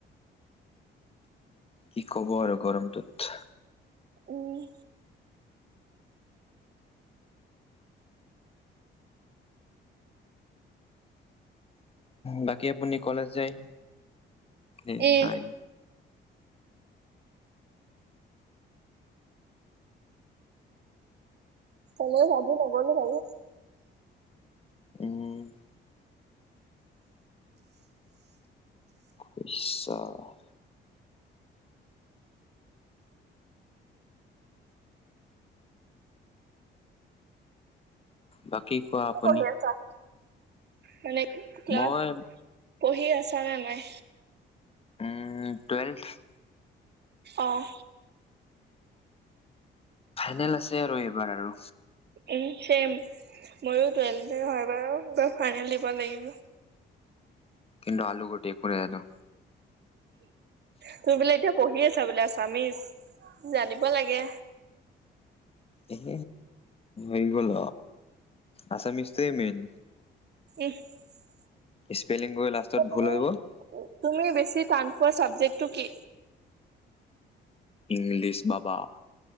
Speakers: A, on the left; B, on the right.
A: কি ক'ব আৰু গৰমটোত।
B: উম।
A: বাকী আপুনি কলেজ যায়, নে
B: এ
A: নাই?
B: কলেজ আজি নগলো বাৰু।
A: উম। পুছা <unintelligible> বাকী কোৱা। আপুনি
B: আছ <unintelligible> মানে ক্লাছ
A: মই
B: পঢ়ি আছ নে নাই।
A: উম, টুৱেল্থ।
B: অঁ।
A: ফাইনেল আছে আৰু এইবাৰ আৰু।
B: Um, same. মইও টুৱেল হয় বাৰু ফাইনেল দিব লাগিব।
A: কিন্তু আলু গোটেই কৰি আলো
B: তুমি বোলে এতিয়া পঢ়ি আছা বোলে আছামিছ জানিব লাগে।
A: এহ এই গল আছামিজটো মেইন।
B: <unintelligible>
A: স্পেলিং কৰি লাষ্টত
B: তুমি
A: ভুল হৈ গ'ল।
B: তুমি বেছি টান পোৱা চাবজেক্টটো কি?
A: ইংলিছ বাবা।